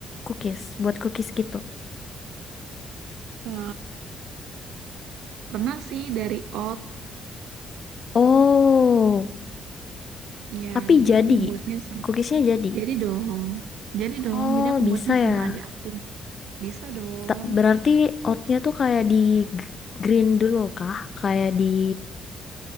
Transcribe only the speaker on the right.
eh pernah sih dari oat.
Ya,
jadi
aku buatnya sama.
Jadi dong. Jadi dong,
jadi aku
buatnya
sama adik aku. Bisa dong.